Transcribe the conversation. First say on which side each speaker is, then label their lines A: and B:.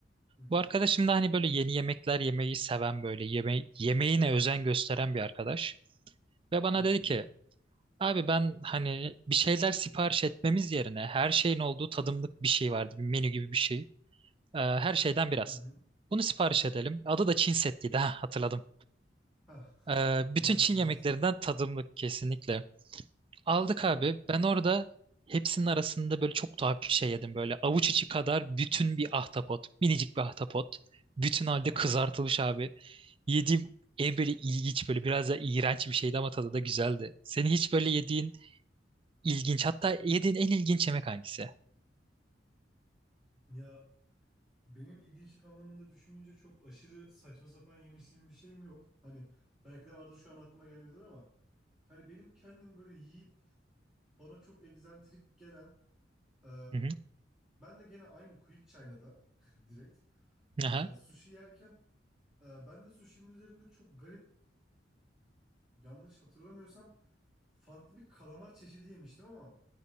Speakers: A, in the centre; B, on the right (about 30°).
A: Hı hı.
B: Bu arkadaşım da hani böyle yeni yemekler yemeyi seven böyle yeme yemeğine özen gösteren bir arkadaş. Ve bana
A: Hı hı.
B: dedi ki Abi ben hani bir şeyler sipariş etmemiz yerine her şeyin olduğu tadımlık bir şey vardı. Bir menü gibi bir şey. Ee, her şeyden biraz.
A: Hı hı.
B: Bunu sipariş edelim. Adı da Çin settiydi. Ha, hatırladım.
A: Hah.
B: Ee,
A: <laughs>
B: bütün
A: Yaratıcı
B: Çin yemeklerinden
A: bir isimmiş.
B: tadımlık kesinlikle. Aldık
A: Hı.
B: abi. Ben orada hepsinin arasında böyle çok tuhaf bir şey yedim. Böyle avuç içi kadar bütün bir ahtapot. Minicik bir ahtapot. Bütün halde
A: Hah.
B: kızartılmış abi. Yediğim en böyle ilginç böyle biraz da iğrenç bir şeydi ama tadı da güzeldi. Senin hiç böyle yediğin İlginç. Hatta yediğin en ilginç yemek hangisi?
A: Ya benim ilginçlik anlamında düşününce çok aşırı saçma sapan yemişliğim bir şeyim yok. Hani belki de vardır şu an aklıma gelmiyordur ama hani benim kendim böyle yiyip bana çok egzantrik gelen e,
B: Hı hı.
A: ben de gene aynı Quick China'da <laughs> direkt
B: Aha.
A: e, sushi yerken e, ben de sushi'nin üzerinde çok garip yanlış hatırlamıyorsam farklı bir kalamar çeşidi yemiştim ama